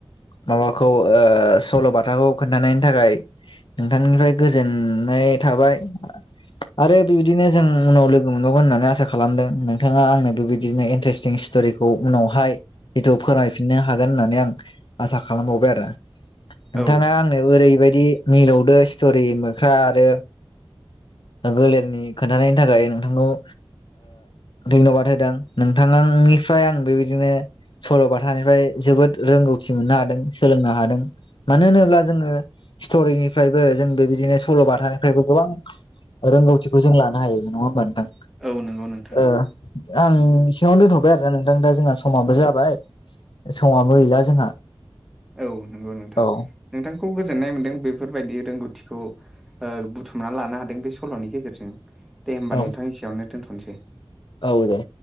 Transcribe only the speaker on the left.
माबाखौ ओ सल' बाथाखौ खोन्थानायनि थाखाय नोंथांनिफ्राय गोजोननाय थाबाय आरो बिबायदि बिदिनो जों उनाव लोगो मोनबावगोन होननानै आसा खालामदों नोंथाङा आंनो बेबायदिनो इन्टारेस्टिं स्ट'रिखौ खौ उनावहाय जिथु फोरमायफिननो हागोन होननानै आं आसा खालामबावबाय आरो नोंथाङा
आंनो ओरैबायदि मिलौदो स्ट'रि मोख्रा आरो गोलेरनि खोन्थानायनि थाखाय नोंथांखौ ओ धन्यबाद होदों नोंथांनि फ्राय आं बेबायदिनो सल'बाथानिफ्राय जोबोद रोंगौथि मोननो हादों सोलोंनो हादों मानो होनोब्ला जोङो स्ट'रिनिफ्रायबो जों बेबायदिनो सल'बाथा फ्रायबो गोबां रोंगौथिखौ जों लानो हायो नङा होमबा नोंथां?
ओ आं इसेयावनो दोनथ'बाय आरोना नोंथां दा जोंहा समाबो जाबाय समाबो गैला जोंहा
औ
औ
औ दे।